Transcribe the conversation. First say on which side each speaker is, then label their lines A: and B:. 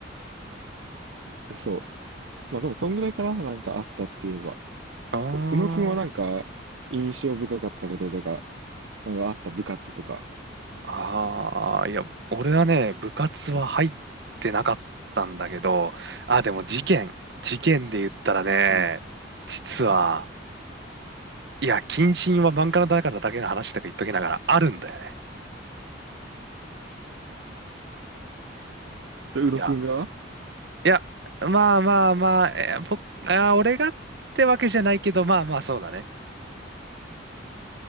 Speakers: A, on the right (about 80°); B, on the right (about 60°).
A: そうまあでも、そんぐらいかな、なんかあったって言えば。
B: あー
A: う宇野くんはなんか、印象深かったこととか、なんかあった部活とか。
B: ああ、いや、俺はね、部活は入ってなかったんだけど、あ、でも事件、事件で言ったらね、
A: うん。
B: 実は、いや、謹慎は漫画のだからだけの話とか言っときながらあるんだよね。
A: で宇野くんが
B: いや、いや、まあまあまあ、えー僕、あー、俺がってわけじゃないけど、まあまあそうだね。